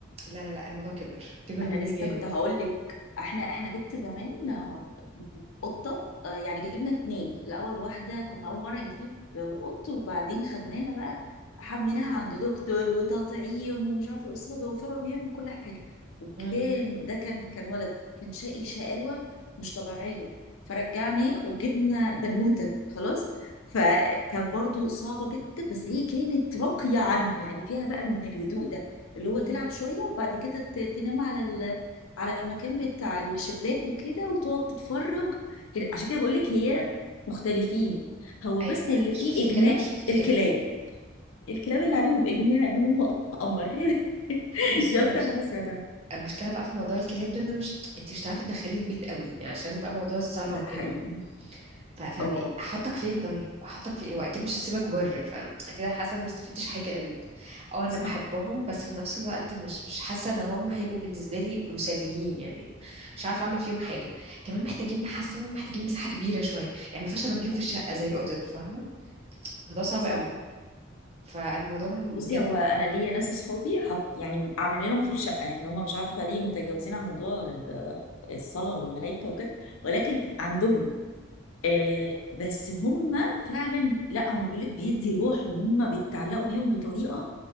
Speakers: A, on the right; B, on the left.
A: لا لا لا الموضوع كبر كبر
B: انا
A: مني
B: لسه
A: جامد
B: كنت هقول لك احنا احنا جبت زمان آه، قطه آه، يعني جبنا اتنين الاول واحده كنا اول مره نجيب آه، قط وبعدين خدناها بقى حملناها عند دكتور وتطعيم ومش عارفه ايه، اسره ضوافره بيعمل كل حاجه وكان
A: امم
B: ده كان كان ولد كان شقي شقاوه مش طبيعيه فرجعناه وجبنا بنوته خلاص فكان برضو صعبه جدا بس هي كانت راقيه عنه يعني فيها بقى من الهدوء ده اللي هو
A: امم
B: تلعب شوية وبعد كده ت- تنام على ال... على المكان بتاع الشباك وكده وتقعد تتفرج كده عشان كده بقول لك هي مختلفين هو
A: ايوه
B: بس اللي
A: أنا شفت
B: فيه إجماع
A: كده وشفت
B: الكلاب
A: كده
B: الكلاب اللي عليهم إجماع إن هم قمر <laughs>
A: بصي
B: دي
A: بقى
B: أكتر
A: المش-
B: حاجة سمعتها
A: المشكله بقى في موضوع الكلاب ده ان انا مش انت مش هتعرفي تدخلي البيت قوي عشان بقى موضوع الصلاه
B: ده
A: وكده
B: حقيقي
A: ف- فانا
B: اه
A: احطك فين طيب احطك فين واكيد مش هسيبك بره فكده حاسه ما استفدتش حاجه قوي اه انا
B: صح
A: بحبهم بس في نفس الوقت مش مش حاسه ان هم هيبقوا بالنسبه لي مسليين يعني مش عارفه اعمل فيهم حاجه كمان محتاجين حاسه هم محتاجين مساحه كبيره شويه يعني ما ينفعش اربيهم في الشقه زي القطط فاهمه الموضوع صعب
B: صح
A: قوي فالموضوع
B: بصي
A: بجد
B: هو انا ليا ناس اصحابي حط يعني عاملينهم في الشقه يعني هم مش عارفه ليه متجاوزين عن موضوع ال- الصلاه والملائكه وكده ولكن عندهم آه بس هم فعلا لا هم بيقول لك بيدي روح وهم بيتعلقوا بيهم بطريقه